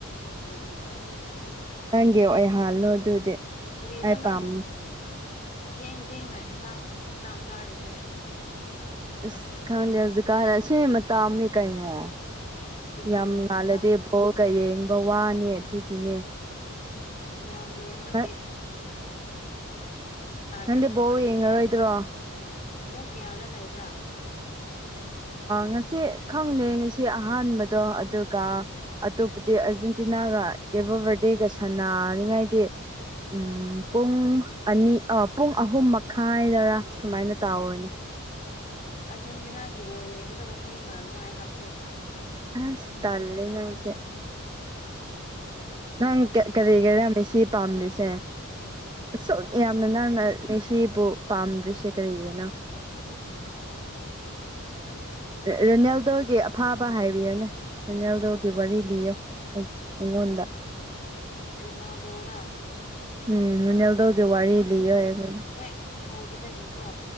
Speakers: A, on the left (about 35°); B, on the right (about 20°).
A: ꯎꯝ ꯑꯩꯒꯤꯅꯥꯇꯦꯅ
B: ꯀꯦ ꯑꯣꯏ ꯍꯥꯜꯂꯣ ꯑꯗꯨꯗꯤ
A: ꯀꯔꯤꯅ
B: ꯑꯩ
A: ꯅꯪ
B: ꯄꯥꯝ
A: ꯊꯦꯡ ꯊꯦꯡꯅ ꯏꯟꯁꯥꯡ ꯆꯥꯛ ꯆꯥꯔꯤꯁꯦ
B: ꯑꯁ ꯈꯪꯗꯦ ꯍꯧꯖꯤꯛꯀꯥꯟꯂꯁꯦ ꯃꯇꯥꯝꯅꯦ ꯀꯩꯅꯣ
A: ꯀꯔꯤ
B: ꯌꯥꯝ ꯉꯥꯜꯂꯗꯤꯦ
A: ꯌꯥꯝ
B: ꯕꯣꯜꯒ ꯌꯦꯡꯕ ꯋꯥꯅꯦ ꯑꯗꯨꯒꯤꯅꯦ
A: ꯌꯥꯝ ꯂꯦꯝ ꯑꯃꯒꯤ
B: ꯅꯪ
A: ꯇꯥꯏꯕ꯭ꯔꯥ
B: ꯅꯪꯗꯤ
A: ꯅꯪ
B: ꯕꯣꯜ
A: ꯇꯧꯔꯤꯁꯦ
B: ꯌꯦꯡꯉꯔꯣꯏꯗ꯭ꯔꯣ
A: ꯄꯨꯡ ꯀꯌꯥꯗ ꯂꯩꯕ꯭ꯔꯥ
B: ꯉꯁꯤ ꯈꯪꯅꯩ ꯉꯁꯤ ꯑꯍꯥꯟꯕꯗꯣ ꯑꯗꯨꯒ ꯑꯇꯣꯞꯄꯗꯤ ꯑꯔꯖꯤꯦꯟ ꯑꯦꯟꯇꯤꯅꯥꯒ ꯀꯦꯕ ꯕꯥꯔꯗꯦꯒ ꯁꯥꯟꯅꯅꯤꯉꯥꯏꯗꯤ ꯎꯝ ꯄꯨꯡ ꯑꯅꯤ ꯄꯨꯡ ꯑꯍꯨꯝ ꯃꯈꯥꯏꯗꯔꯥ ꯁꯨꯃꯥꯏꯅ ꯇꯥꯎꯔꯅꯤ
A: ꯑꯥꯔꯖꯦꯟꯇꯤꯅꯥꯒꯤꯕꯨꯣ ꯌꯦꯡꯒꯗꯕ ꯃꯤ ꯃꯥꯟꯕ꯭ꯔꯣ ꯑꯩꯍꯥꯛꯁꯦ
B: ꯑ ꯁ ꯇꯂꯅꯁꯦ ꯅꯪ
A: ꯑꯩ
B: ꯀꯔꯤ ꯂꯩꯔꯝꯃꯤ ꯁꯤ ꯄꯥꯝꯂꯤꯁꯦ ꯁ ꯌꯥꯝꯅ
A: ꯈꯪꯗꯦ
B: ꯅꯅꯥꯪꯟꯅ ꯁꯤ ꯄꯥꯝꯗ꯭ꯔꯤꯁꯦ ꯀꯔꯤꯌꯦꯅ ꯔꯣꯅꯦꯜꯗꯣꯒꯤ ꯑꯐꯥꯕ ꯍꯥꯏꯕꯤꯌꯅꯦ ꯇꯣꯀꯦꯕꯤ ꯂꯣ ꯏꯉꯣꯗ
A: ꯏꯔꯅꯥꯎꯗꯣꯔꯥ
B: ꯎꯝ ꯍꯅꯦꯜꯗꯒꯦ ꯋꯥꯔꯤꯔ ꯂꯩ ꯌꯥꯈꯅ
A: ꯍꯦꯛ ꯍꯧꯕꯗꯒꯤꯀꯣ